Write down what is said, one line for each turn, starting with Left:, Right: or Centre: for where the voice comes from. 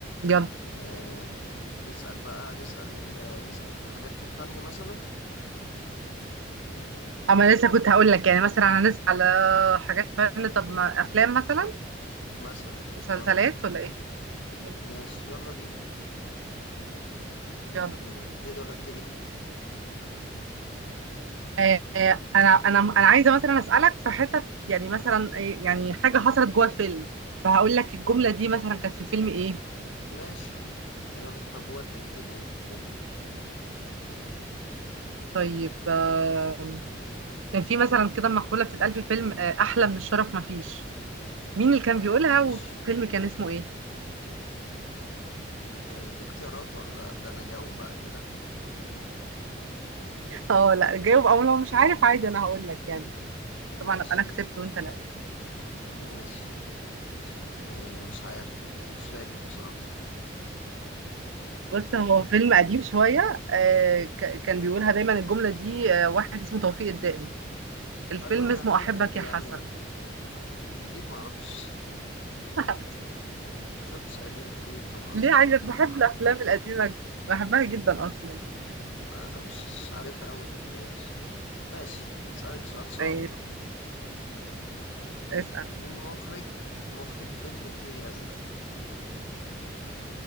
Right: يلا
Left: آه نسأل بقى نسأل آه، نسأل في حاجات في الفن مثلا
Right: اما لسه كنت هقول لك يعني مثلا انا لسه على حاجات فن طب ما افلام مثلا
Left: مثلا
Right: مسلسلات
Left: يلا
Right: ولا ايه ماشي
Left: ماشي يلا بينا يلا
Right: يلا
Left: بينا تبتدي ولا ابتدي
Right: آه آه، انا انا انا عايزه مثلا اسالك في حتت يعني مثلا إيه- يعني حاجه حصلت جوه فيلم فهقول لك الجمله دي مثلا كانت في فيلم ايه
Left: ماشي يلا طب ودي ابتدي انت يلا
Right: طيب آه كان في مثلا كده مقوله بتتقال في فيلم آه احلى من الشرف مفيش مين اللي كان بيقولها
Left: ماشي
Right: والفيلم كان اسمه ايه
Left: آه، في اختيارات ولا ده انا جاوب بقى كده
Right: اه لا جاوب او لو مش عارف عادي انا هقول لك يعني
Left: ماشي
Right: طبعا ابقى انا كسبت وانت لا يعني
Left: ماشي ماشي. آه مش عارف مش فاكر بصراحة
Right: بص هو فيلم قديم شويه آه ك- كان بيقولها دايما الجمله دي آه واحد اسمه توفيق الدقن الفيلم
Left: طب ما أنا
Right: اسمه
Left: هفتكر
Right: احبك يا حسن
Left: يعني أكيد معرفش
Right: <laughs>
Left: ما شفتش قديم كتير فمعرفش
Right: ليه عايزه بحب الافلام القديمه بحبها جدا اصلا
Left: ما- مش مش عارفها أو مشفتهاش ماشي أسألك سؤال صعب
Right: ماشي
Left: بقى
Right: اسال
Left: مين مخرج مخرج فيلم الفيل الأزرق